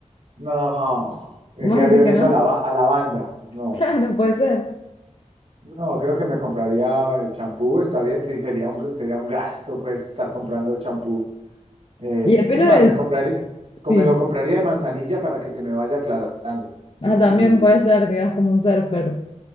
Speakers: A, on the right (about 60°); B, on the left (about 45°).
A: no, me
B: ¿Vos
A: quedaría
B: decís
A: oliendo
B: que no?
A: a, lava-
B: <laughs>
A: a lavanda, no,
B: Claro, puede ser.
A: no, creo que me compraría el champú, está bien, sí, sería un, sería un gasto, pues, estar comprando champú. Eh,
B: Y el pelo
A: es más,
B: de...
A: me compraría, co-
B: Sí.
A: me lo compraría de manzanilla para que se me vaya aclarando.
B: Ah,
A: ¿Viste?
B: también
A: El
B: puede
A: tema.
B: ser que das como un surfer.